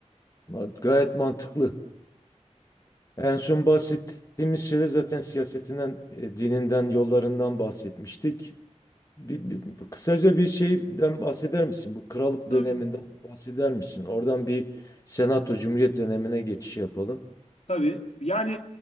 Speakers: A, on the left (about 30°); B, on the left (about 65°).
A: Ma- Gayet mantıklı. En son bahsettiğimiz şeyde zaten siyasetinden, e, dininden, yollarından bahsetmiştik. Bir, bir- kısaca bir şeyden bahseder misin? Bu krallık
B: Tabii.
A: döneminden bahseder misin? Oradan bir senato cumhuriyet dönemine geçiş yapalım.
B: Tabii. Yani